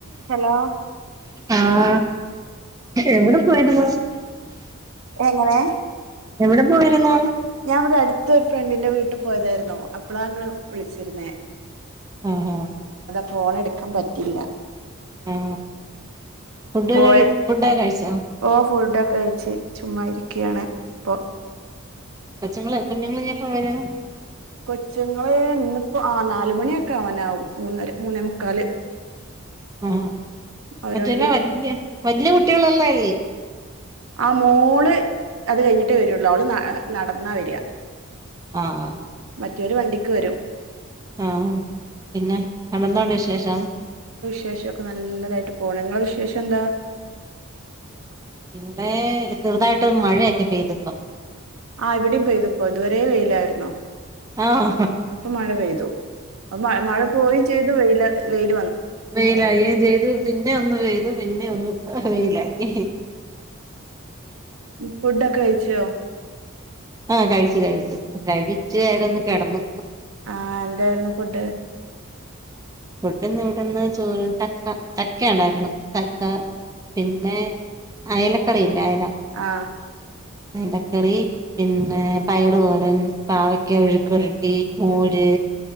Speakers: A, on the right (about 80°); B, on the right (about 15°).
A: Hello
B: ആഹ എവിടെ പോയിരുന്നു
A: എങ്ങനെ
B: എവിടെ പോയിരുന്നു
A: ഞാൻ ഇവിടെ അടുത്ത് രു ഫ്രണ്ടിന്റെ വീട്ട് പോയതായിരുന്നു അപ്പളാ ഇങ്ങള് വിളിച്ചിരുന്നേ
B: എഹേ ഹേ
A: ഫോണ് എടുക്കാൻ പറ്റില്ല
B: ആ ഫുഡ്കഴി
A: പോയ
B: ഫുഡോക്കെ കഴിച്ചോ
A: ഓ ഫുഡൊക്കെ കഴ്ച്ച് ചുമ്മാ ഇരിക്ക്യാണ് ഇപ്പൊ
B: കൊച്ചുങ്ങള് കുഞ്ഞുങ്ങളിനെപ്പ വര്യാ
A: കൊച്ചുങ്ങളെ ഇന്ന്പ്പോ ആ നാലുമണിയൊക്കെ ആ വാനാവും മൂന്നര മൂന്നേ മുക്കാല്
B: ആഹഹ
A: അവര്
B: മറ്റെല
A: വണ്ടി വരും.
B: വല്ല്യ വല്യകുട്ട്യേളുള്ളല്ലേ
A: ആ മോള് അത് കഴിഞ്ഞിട്ടേ വെരൊള്ളു അവള് ന്നഅ നടന്നാ വര്യാ
B: ആഹ
A: മറ്റൊര് വണ്ടിക്ക് വരും
B: ആഹ പിന്നെ കണ്ണന്നോണ്ട് വിശേഷം
A: വിശേഷം ഒക്കെ നല്ലതായിട്ട് പോണ് നിങ്ങളെ വിശേഷെന്താ
B: ഇവിടെ ചെറുതായ്ട്ട് മഴയൊക്കെ പെയ്തിപ്പം
A: ആ ഇവിടേം പെയ്തുപ്പോ ഇതുവരേ വെയ്ലായിരുന്നു
B: ആഹ്
A: ഇപ്പ മഴ പെയ്തു അപ്പൊ മഴ മഴപോയും ചെയ്തു വെയ്ല വെയ്ല് -
B: വെയ്ലായെം ചെയ്തു പിന്നെ ഒന്ന് പെയ്തു പിന്നെ ഒന്ന് വെയ്ലായി
A: ഫുഡ് ഒക്കെ കഴിച്ചോ
B: ആഹ കഴിച്ചു കഴിച്ചു കഴിച്ച് വേഗൊന്ന് കെടന്നു
A: ആഹ എന്തായ്രുന്നു ഫുഡ്
B: ഫുഡ് ഇന്ന് ഇവിടെന്ന് ചോറ് ചക്ക ചക്ക ഉണ്ടായ്രുന്നു ചക്കാ പിന്നെ അയലക്കറിയില്ലേ അയല
A: ആഹ്
B: അയലക്കറീ പിന്നെ പയറ്തോരൻ പാവക്ക മെഴുക്കുവരട്ടി മോര്